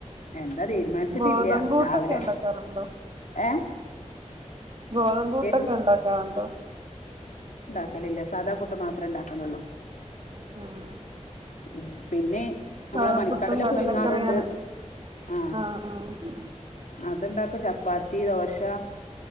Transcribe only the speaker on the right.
ഗോതമ്പ് പുട്ടൊക്കെ
ഉണ്ടാക്കാറുണ്ടോ
ഗോതമ്പുട്ടൊക്കെ
ഉണ്ടാക്കാറുണ്ടോ
ആഹ്
പഴപ്പുട്ടും
കടലക്കറിയാണ്
ആഹ് ആഹ്